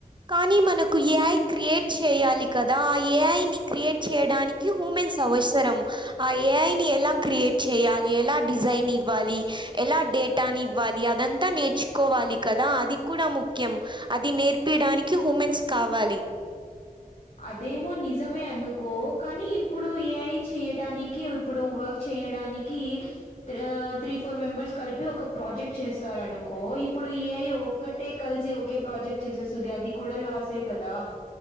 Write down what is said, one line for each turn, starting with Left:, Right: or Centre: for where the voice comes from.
Right: కానీ మనకు ఏఐ క్రియేట్ చేయాలి కదా ఆ ఏఐని క్రియేట్ చేయడాని క్యా హూమన్స్ అవసరం ఆ ఏఐ ని ఎలా క్రియేట్ చేయాలి ఎలా డిజైన్ ఇవ్వాలి ఎలా డేట్ ట్టాని ఇవ్వాలి అదంతా నేర్చుకోవాలి కదా అది కూడా ముఖ్యం అది నేర్పయడానికి హుమెన్స్ కావాలి
Left: అదేమో నిజమే అనుకో కానీ ఇప్పుడు ఏఐ చేయడానికి ఇప్పుడు వర్క్ చేయడానికి త్రా త్రీ ఫోర్ మెంబర్స్ కలిపి ఒక ప్రాజెక్ట్ చేస్తారునుకో ఇప్పుడు ఏఐ ఒక్కటే కలిసి ఒకే ప్రాజెక్ట్ చేసేస్తుంది అది కూడా లాసే కదా